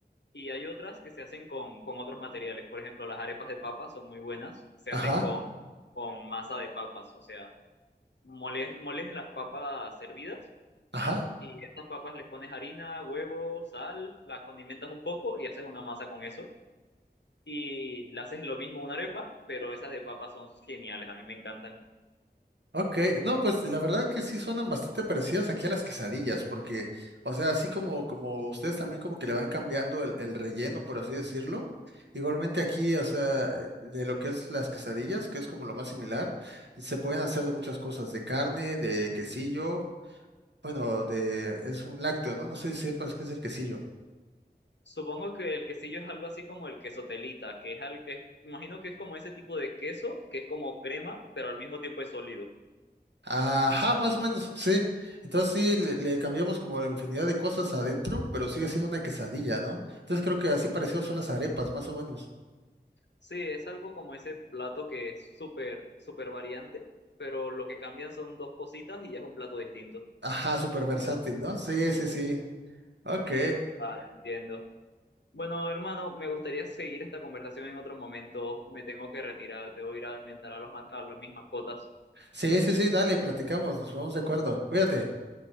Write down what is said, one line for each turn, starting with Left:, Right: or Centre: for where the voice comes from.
Left: y hay otras que se hacen con, con otros materiales. Por ejemplo, las arepas de papas son muy buenas, se
Right: ajá,
Left: hacen con, con masa de papas, o sea, moles, moles las papas hervidas
Right: ajá.
Left: Y estas papas les pones harina, huevo, sal, la condimentas un poco y haces una masa con eso. Y le haces lo mismo a una arepa, pero esas de papas son geniales, a mí me encantan.
Right: Ok, no, pues la verdad que sí suenan bastante parecidas aquí a las quesadillas, porque, o sea, así como, como ustedes también como que le van cambiando el, el relleno, por así decirlo, igualmente aquí, o sea, de lo que es las quesadillas, que es como lo más similar, se pueden hacer de muchas cosas, de carne, de quesillo, bueno, de, es un lácteo, ¿no? No sé si sepas qué es el quesillo.
Left: Supongo que el quesillo es algo así como el queso telita, que es, al, es- imagino que es como ese tipo de queso, que es como crema, pero al mismo tiempo es sólido.
Right: Ajá, más o menos, sí. Entonces sí, le, le cambiamos como infinidad de cosas adentro, pero sigue siendo una quesadilla, ¿no? Entonces creo que así parecido son las arepas, más o menos.
Left: Sí, es algo como ese plato que es súper, súper variante, pero lo que cambian son dos cositas y ya es un plato distinto.
Right: Ajá, súper versátil, ¿no? Sí, sí, sí. Ok.
Left: Ah, entiendo. Bueno, hermano, me gustaría seguir esta conversación en otro momento. Me tengo que retirar, te voy a ir a alimentar a los man- a los- mis mascotas.
Right: Sí, sí, sí, dale, platicamos, nos vamos de acuerdo. Cuídate.